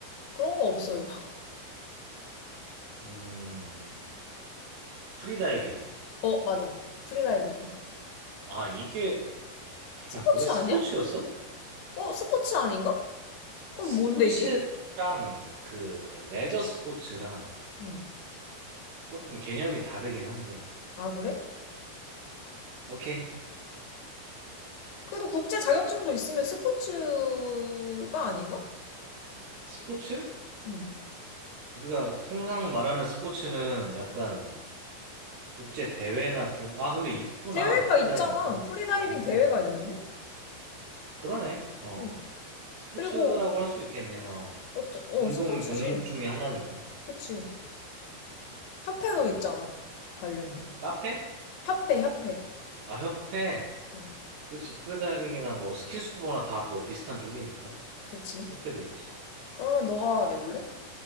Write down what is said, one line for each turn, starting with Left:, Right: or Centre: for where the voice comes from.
Left: 그런 거 없어요. <laughs>
Right: 음, 프리다이빙.
Left: 어, 맞아. 프리다이빙이야.
Right: 아, 이게, <laughs>
Left: 스포츠
Right: 그래, 스포츠였어?
Left: 아니야? 어, 스포츠 아닌가? 그럼
Right: 스포츠랑
Left: 뭔데 이게?
Right: 그 레저 스포츠랑
Left: 음.
Right: 조금 개념이 다르긴 한데.
Left: 아, 그래?
Right: 오케이.
Left: 그래도 국제 자격증도 있으면 스포츠가 아닌가?
Right: 스포츠?
Left: 음.
Right: 우리가 통상 말하는 스포츠는 약간 국제 대회나 규모, 아, 근데 있구나.
Left: 대회가
Right: 프리다이빙도.
Left: 있잖아. 프리다이빙
Right: 어, 있네.
Left: 대회가 있는데?
Right: 그러네. 어.
Left: 음.
Right: 스포츠라고
Left: 그리고
Right: 할 수 있겠네. 어.
Left: 어떤 어,
Right: 운동
Left: 스포츠지.
Right: 종목 중에 하나니까.
Left: 그치. 협회도
Right: 음.
Left: 있잖아. 관련된.
Right: 카페?
Left: 협회, 협회.
Right: 아, 협회.
Left: 어,
Right: 그치. 프리다이빙이나 뭐 스키스쿠버나 다 뭐 비슷한 쪽이니까.
Left: 그치.
Right: 협회도 있지.
Left: 그러면 너가 내볼래?